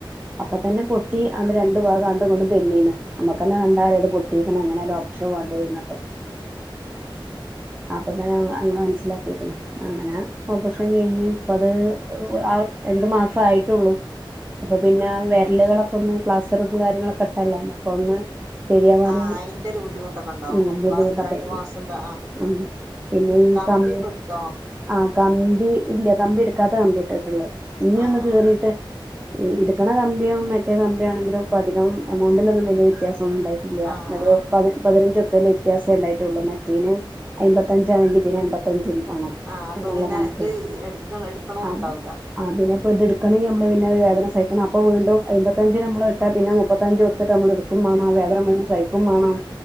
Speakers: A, on the right (about 45°); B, on the right (about 15°).
A: ആഹ്
B: അപ്പത്തന്നെ പൊട്ടി ആണ്ട് രണ്ട് രണ്ട് ഭാഗം ആങ്ങോട്ടും, ഇങ്ങോട്ടും തെന്നി ക്ക്ണ്. നമ്മുക്കെന്നെ കണ്ടാ അറിയാ അത് പൊട്ടിക്ക്ണ്. എങ്ങനെ ആയലും ഓപറേഷൻ
A: ആഹ്
B: വേണ്ടിവരും എന്നുള്ളത്.
A: അങ്ങനെ
B: അപ്പൊ ത്തന്നെ ഞങ്ങള്, ഞങ്ങൾ മനസ്സിലാക്കി. ക്കണ്, അങ്ങനെ ഓപ്പറേഷൻ കഴിഞ്ഞ്, ഇപ്പത് ആഹ്, രണ്ട് മാസം ആയിട്ടുള്ളൂ.
A: <inaudible>
B: അപ്പൊ, പിന്നെ വെരലുക ളൊക്കൊന്ന് പ്ലാസ്റ്ററും കാര്യങ്ങളൊക്കെ ഇട്ടത ല്ലെ അപ്പൊ ഒന്ന് ശരിയാവാന്,
A: ആഹ് അയിന്റെ ഒരു ബുദ്ധിമുട്ടൊക്കെ ഉണ്ടാവും
B: ഉം,
A: ഈ
B: ബുദ്ധിമുട്ടപ്പ.
A: ഫാസ്റ്റ് രണ്ടു മാസൊക്കെ
B: ആഹ്, ആഹ് പിന്നെ, ഈ
A: കമ്പി
B: കം
A: പിടുത്തോ
B: ആഹ്, കമ്പി ഇല്ല. കമ്പി എടുക്കാത്ത കമ്പിയാ ഇട്ടിട്ടു ള്ളെ ഇനി
A: ആഹ്
B: ഒന്ന് കീറിട്ട് ഈ, ഇട്ക്കണ കമ്പിയും മറ്റേ കമ്പിയോ ആണെങ്കിലും, ഇപ്പ അധികം എമൗണ്ടിലൊന്നും വലിയ വ്യത്യാസൊന്നും ഉണ്ടായില്ല.
A: ആഹ്
B: ല്ല, ഒരു
A: ആഹ്
B: പതി പതിനഞ്ച് രൂപ വ്യത്യാസം ഉണ്ടായിട്ടുള്ളൂ. മറ്റേതിന് അമ്പത്തഞ്ചാ ണെങ്കിൽ ഇതിന് എമ്പത്തഞ്ചും വേണം.
A: ആഹ്, അപ്പൊ
B: എന്നുള്ള
A: പിന്നെ
B: കണക്കാണ്
A: ഇത് എടുക്ക, എടുക്കണൊന്നും
B: ആഹ്
A: ഉണ്ടാവൂല്ല.
B: ആഹ്, പിന്നെ പ്പോ ഇത് എടുക്കണെങ്കിൽ, നമ്മള് പിന്നെ ഒരു വേദന സഹിക്കണം. അപ്പോ വീണ്ടും, അമ്പത്തഞ്ചിന് നമ്മള് ട്ട പിന്നെ, മുപ്പത്തഞ്ച് കൊടുത്തിട്ട് നമ്മൾ എടുക്കും വേണം, ആഹ്, വേദന സഹിക്കും വേണം,